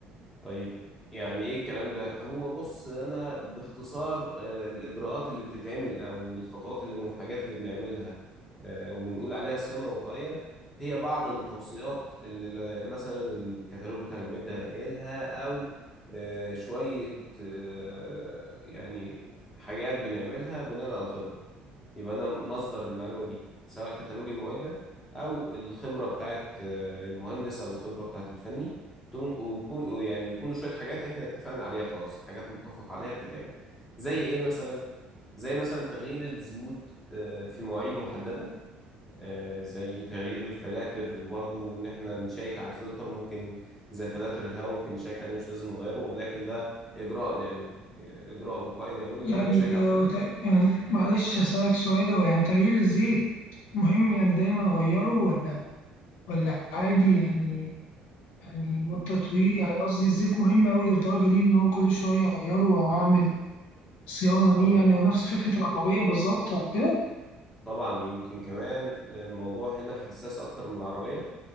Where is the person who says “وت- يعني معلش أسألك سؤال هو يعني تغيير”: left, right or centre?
Left